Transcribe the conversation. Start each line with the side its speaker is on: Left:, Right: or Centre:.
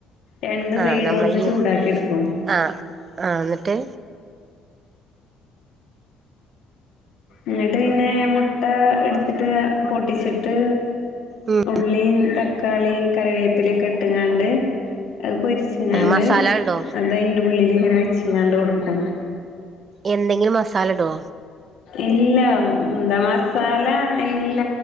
Left: രണ്ട്
Right: ആ
Left: സൈഡും
Right: നമ്മള
Left: ഒന്ന്
Right: ഈ
Left: ചൂടാക്കി എടുക്കും
Right: ആ ആ ന്നിട്ട്
Left: എന്നിട്ട് പിന്നെ മുട്ട എട്ത്തിട്ട് പൊട്ടിച്ച് ട്ട്
Right: ഉം
Left: ഉള്ളി തക്ക തക്കാളിയും കറിവേപ്പിലൊക്കെ ഇട്ടങ്ങാണ്ട് എ പൊരിച്ചുങ്ങാണ്ട്
Right: മസാല ഇടോ
Left: അത് അതിന്റ ഉള്ളില് ഇങ്ങനെ വെച്ചങ്ങാണ്ട് കൊടുക്കും.
Right: എന്തെങ്കിലും മസാല ഇടോ?
Left: ഇല്ല എന്താ മസാല ഇല്ല